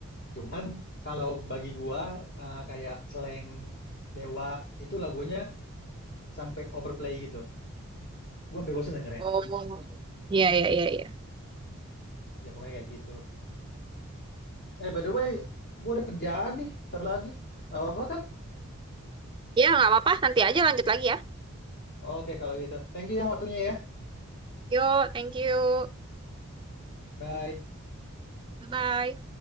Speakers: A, on the left (about 50°); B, on the right (about 20°).
A: Cuman kalau bagi gua eh, kayak slang Dewa itu lagunya sampai overplay gitu. Gua sampai bosen dengernya.
B: Oh, iya, iya, iya, iya.
A: Ya Ya, pokoknya kayak gitu. Eh by the way, gua ada kerjaan nih, ntar lagi. Gak apa-apa kan?
B: Ya nggak apa-apa, nanti aja lanjut lagi ya.
A: Oke kalau gitu. Thank you ya waktunya ya.
B: Yo, thank you.
A: Bye.
B: Bye-bye.